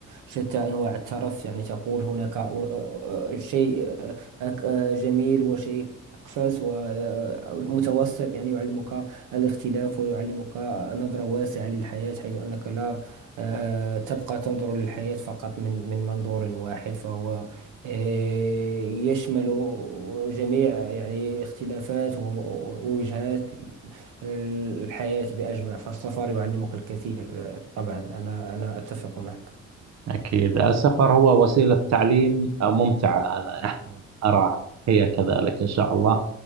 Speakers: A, on the right; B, on the right.
A: شتى أنواع الترف يعني تقول هناك آه، آه، شيء أك- آه، جميل وشيء أكفس ومتوسط يعني يعلمك الاختلاف ويعلمك نظرة واسعة للحياة حيث أنك لا آه، تبقى تنظر للحياة فقط من من منظور واحد فهو آه، يشمل جميع يعني اختلافات و- ووجهات الحياة بأجمع فالسفر يعلمك الكثير آه، طبعا أنا أنا أتفق معك
B: أكيد السفر هو وسيلة تعليم ممتعة أنا يعني أراها هي كذلك إن شاء الله